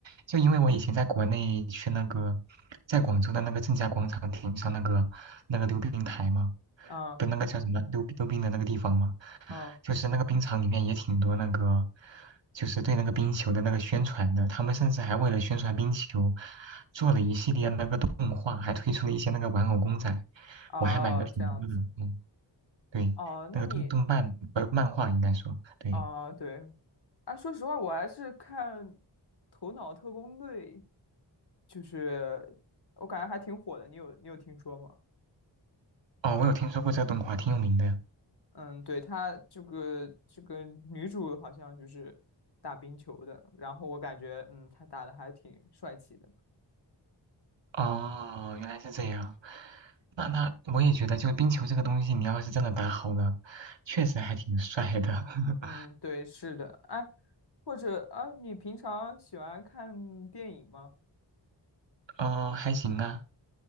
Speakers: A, on the right; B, on the left.
A: 就因为我以前在国内去那个，在广州的那个正佳广场顶上那个那个溜冰台嘛，
B: 嗯
A: 不，那个叫什么溜溜冰的那个地方嘛，
B: 嗯
A: 就是那个冰场里面也挺多那个，就是对那个冰球的那个宣传的，他们甚至还为了宣传冰球，做了一系列那个动画，还推出了一些那个玩偶公仔，
B: 哦这样子
A: 我还买了挺多的，嗯，对，
B: 哦，
A: 那个动动漫呃漫画应该说，
B: 那你
A: 对，
B: 啊，对，啊，说实话，我还是看《头脑特工队》，就是我感觉还挺火的，你有你有听说吗？
A: 哦，我有听说过这个动画，挺有名的，
B: 嗯，对，他这个这个女主好像就是打冰球的，然后我感觉嗯，她打的还挺帅气的。
A: 哦，原来是这样。那那我也觉得，就冰球这个东西，你要是真的打好了，确实还挺帅的。<laughs>
B: 嗯，对，是的，哎，或者啊，你平常喜欢看电影吗？
A: 哦，还行啊，